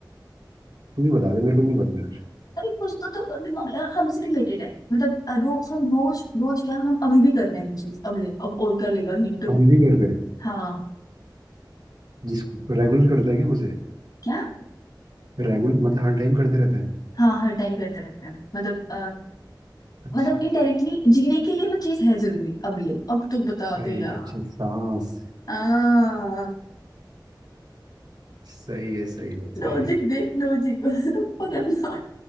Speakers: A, on the right; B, on the left.
A: तू ही बता दे मेरे को नहीं पता यार
B: अरे कुछ तो, तो दिमाग लगा हमसे रिलेटेड है मतलब रोज हम रोज रोज क्या हम अभी भी कर रहे हैं वो चीज अब ले अब और कर लेगा हिंट
A: अभी भी कर रहे हैं
B: हाँ
A: जिस रेगुलर करता है क्या मुझे
B: क्या
A: रेगुलर मतलब हर टाइम करते रहता है
B: हाँ हर टाइम करते रहते हैं मतलब अ,
A: अच्छा
B: मतलब इनडायरेक्टली जीने के लिए वो चीज है जरूरी अब ले अब तो बता
A: अरे
B: दे यार
A: अच्छा सांस
B: आ
A: सही है सही है
B: लॉजिक
A: सही है
B: देख लॉजिक <laughs> पकड़ना